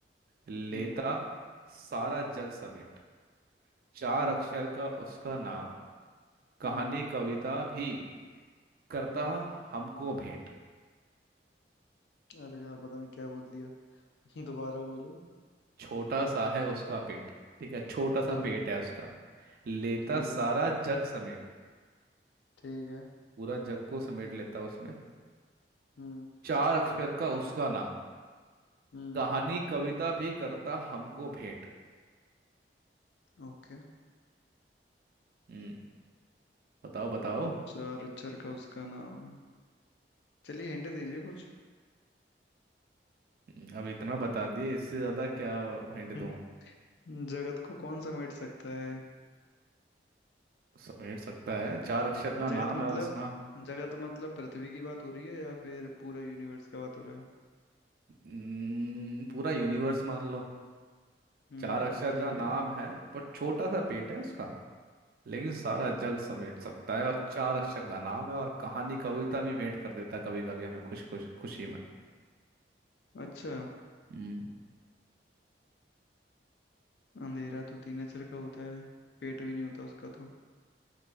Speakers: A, on the right; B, on the left.
A: लेता
B: हम्म
A: सारा जग समेट चार
B: हम्म
A: अक्षर का उसका नाम कहानी
B: हम्म
A: कविता भी करता
B: हम्म
A: हमको भेंट
B: अरे यार पता नहीं क्या बोल दिया <laughs> दोबारा बोलो
A: छोटा सा है उसका पेट ठीक है छोटा सा
B: ठीक
A: पेट
B: है
A: है उसका लेता
B: ठीक
A: सारा
B: है
A: जग समेट
B: ठीक है
A: पूरा जग को समेट लेता उसमें
B: हम्म
A: चार अक्षर का उसका नाम
B: हम्म
A: कहानी कविता भी करता हमको भेंट
B: ओके
A: हम्म बताओ बताओ
B: चार अक्षर का उसका नाम चलिए हिंट दीजिए कुछ
A: हम्म, अब इतना बता दिए इससे ज्यादा क्या हिंट
B: हम्म,
A: दूं
B: जगत को कौन समेट सकता है
A: समेट सकता है चार अक्षर का नाम
B: जगत मतलब
A: है उसका
B: जगत मतलब पृथ्वी की बात हो रही है या फिर पूरा यूनिवर्स का बात हो रहा है
A: हम्म, पूरा यूनिवर्स मान लो
B: हम्म
A: चार अक्षर
B: ठीक
A: का नाम
B: है
A: है पर छोटा सा पेट है उसका लेकिन सारा जग समेट सकता है और चार अक्षर का नाम है और कहानी कविता भी भेंट कर देता है कभी कभी हमें खुश खुश खुशी में
B: अच्छा
A: हम्म
B: अंधेरा तो तीन अक्षर का होता है पेट भी नहीं होता उसका तो